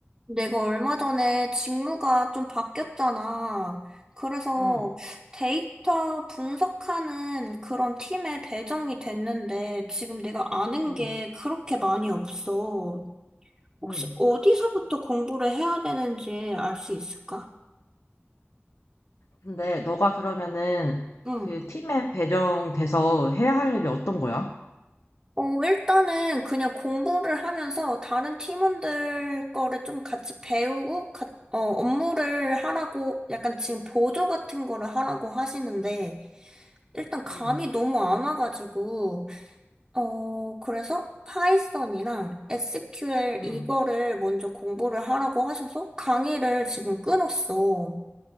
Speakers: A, on the right; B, on the left.
A: 내가 얼마 전에 직무가 좀 바뀌었잖아. 그래서
B: 음,
A: 데이터 분석하는 그런 팀에 배정이 됐는데 지금 내가 아는
B: 음,
A: 게 그렇게 많이 없어. 혹시
B: 음.
A: 어디서부터 공부를 해야 되는지 알 수 있을까?
B: 근데 너가 그러면은
A: 응.
B: 그 팀에 배정돼서 해야 할 일이 어떤 거야?
A: 어, 일단은 그냥 공부를 하면서 다른 팀원들 거를 좀 같이 배우고, 가- 어, 업무를 하라고, 약간 지금 보조 같은 거를 하라고 하시는데, 일단 감이
B: 음,
A: 너무 안 와가지고, 어, 그래서 파이썬이랑 SQL
B: 음.
A: 이거를 먼저 공부를 하라고 하셔서 강의를 지금 끊었어.